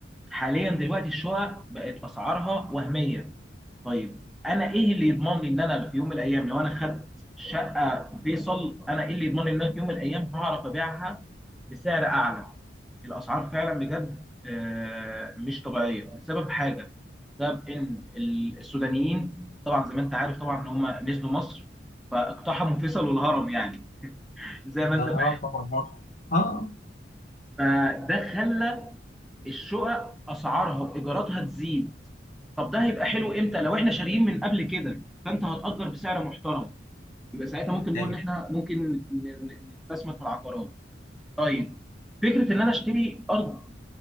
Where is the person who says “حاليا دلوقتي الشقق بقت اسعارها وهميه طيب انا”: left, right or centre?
Centre